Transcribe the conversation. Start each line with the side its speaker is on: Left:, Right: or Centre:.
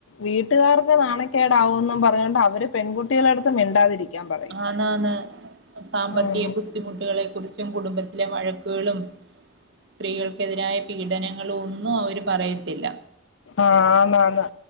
Left: വീട്ടുകാർക്ക് നാണക്കേടാവുന്നും പറഞ്ഞുകൊണ്ട് അവര് പെൺകു കുട്ടികളടുത്ത് മിണ്ടാതിരിക്കാൻ പറയും
Right: ആന്നാന്ന് സാമ്പത്തിക
Left: ആഹ്
Right: ബുദ്ധിമുട്ടുകളെ കുറിച്ചും കുടുംബത്തിലെ വഴക്കുകളും സ്ത്രീകൾ എതിരായ പീഡനങ്ങളും ഒന്നും അവര് പറയത്തില്ല
Left: ആന്നന്ന്